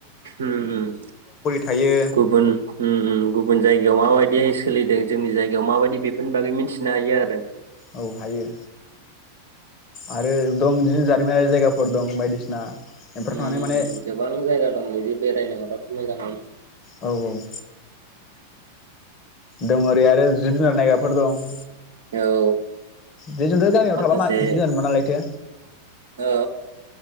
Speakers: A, on the right; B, on the left.
A: ओम ओम
B: थायो
A: गुबुन ओम ओम गुबुन जायगायाव माबायदि मे सोलिदो जोंनि जायगायाव माबायदि बेफोरनि बागै मिथिनो हायो आरो
B: औ हायो आरो दं बिदिनो जारिमिनारि जायगाफोर दं बायदिसिना बेफोरखौ
A: ओम
B: माने माने
A: गोबां जायगा दं बिदि बेरायनो हाबा मोजाङानो
B: औ औ दं ओरै आरो जिब जुनार नायग्राफोर दं
A: औ
B: बेजोंथ गामियाव
A: माखासे
B: थाबा मा-जिब जुनार नुवा नालायथो
A: औ